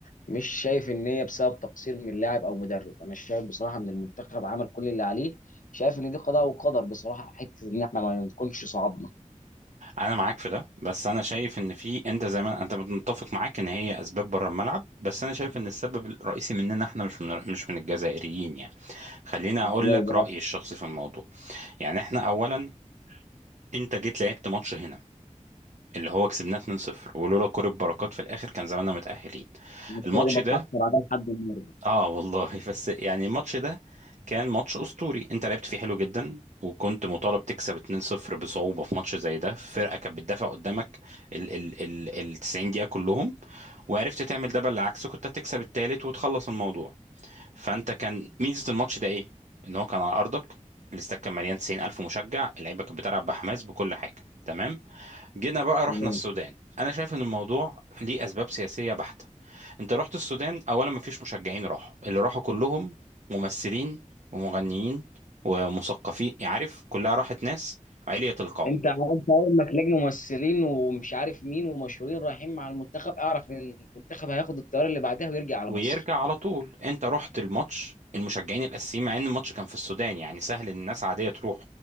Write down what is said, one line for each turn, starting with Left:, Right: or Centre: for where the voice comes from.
Left: مش شايف ان هي بسبب تقصير من لاعب او مدرب انا شايف بصراحه ان المنتخب عمل كل اللي عليه شايف ان دي قضاء وقدر بصراحه حته ان احنا ما نكونش صعدنا
Right: انا معاك في ده بس انا شايف ان في انت زي ما انت متفق معاك ان هي اسباب بره الملعب بس انا شايف ان السبب الرئيسي مننا احنا مش من مش من الجزائريين يعني خليني اقول
Left: ازاي
Right: لك
Left: بقى
Right: رايي الشخصي في الموضوع يعني احنا اولا انت جيت لعبت ماتش هنا اللي هو كسبناه 2-0 ولولا كرة بركات في الاخر كان زماننا متاهلين
Left: الصوره
Right: الماتش
Left: دي
Right: ده
Left: بتحصل عليها لحد النهارده
Right: اه والله بس يعني الماتش ده كان ماتش اسطوري انت لعبت فيه حلو جدا وكنت مطالب تكسب 2-0 بصعوبة في ماتش زي ده فرقة كانت بتدافع قدامك ال ال ال ال 90 دقيقة كلهم وعرفت تعمل ده بالعكس كنت هتكسب التالت وتخلص الموضوع فانت كان ميزة الماتش ده ايه ان هو كان على ارضك الاستاد كان مليان 90000 مشجع اللعيبة كانت بتلعب بحماس بكل حاجة تمام جينا بقى رحنا
Left: تمام
Right: السودان انا شايف ان الموضوع ليه اسباب سياسية بحتة انت رحت السودان اولا مفيش مشجعين راحوا اللي راحوا كلهم ممثلين ومغنيين ومثقفين يعني عارف كلها راحت ناس علية القوم
Left: انت عارف اول ما تلاقي ممثلين ومش عارف مين ومشهورين رايحين مع المنتخب اعرف ان المنتخب هياخد الطياره اللي بعدها ويرجع على
Right: ويرجع
Left: مصر
Right: على طول انت رحت الماتش المشجعين الاساسيين مع ان الماتش كان في السودان يعني سهل ان الناس عادية تروح